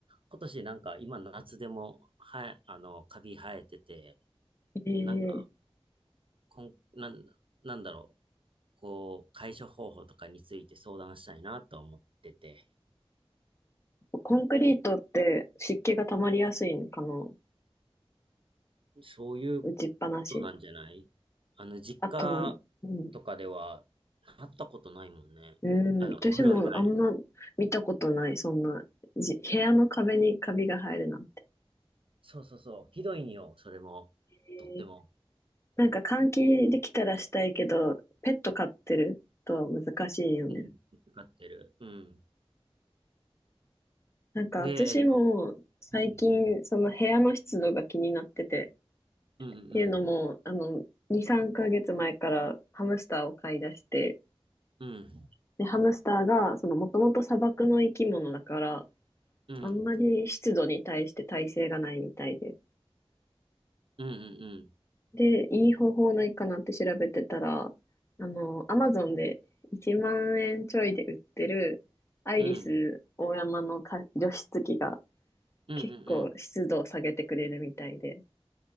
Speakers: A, on the right; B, on the left.
A: 今年なんか今夏でも、はい、あの、カビ生えてて、
B: えー、
A: なんか、こん、なん、なんだろう。こう、解消方法とかについて相談したいなと思ってて、
B: コンクリートって湿気が溜まりやすいのかな
A: そういうことなんじゃないあの、
B: 打ちっぱなし。
A: 実家
B: あと、うん。
A: とかでは、会ったことないもんね。
B: うん。
A: あの、
B: 私もあんま見たことない。
A: お風呂以外。
B: そんな、じ、部屋の壁にカビが生えるなんて。
A: そうそうそう。ひどいんよ、それも。
B: えー
A: とっても。
B: なんか換気できたらしたいけど、ペット飼ってると難しいよね。
A: うん、かかってる。うん。
B: なんか私も最近その部屋の湿度が気になってて、
A: で、えっと、うんうんうん。うんうん
B: っていうのも、あの、2、3ヶ月前からハムスターを飼い出して、
A: うん。
B: で、ハムスターが、その、もともと砂漠の生き物だから、
A: うんうん
B: あんまり湿度に対して耐性がないみたいで。
A: うん。
B: で、いい方法ないかなって調べてたら、あの、アマゾンで1万円ちょいで売ってる、アイリス大山のか除湿機が
A: うんうんうん。うんうんうん。
B: 結構湿度を下げてくれるみたいで、